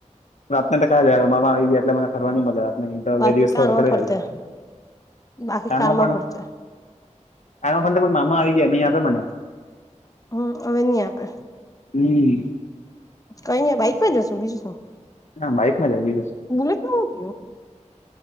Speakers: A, on the left (about 65°); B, on the left (about 25°).
A: રાત ને <unintelligible> મામા આવી ગયા એટલે મને ફરવાની મજા નય તો
B: બાકી
A: બે દિવસ
B: કારમાં
A: <unintelligible>
B: ફરતે બાકી
A: પણ
B: કારમાં ભરશે
A: <unintelligible> મામા આવી ગયા ની આપે મને
B: હમ અવે ની આપે
A: હમ.
B: કયની બાઈક પર જશું બીજું શું
A: હા બાઇકમાં <unintelligible>
B: બુલેટનું હુ થીયું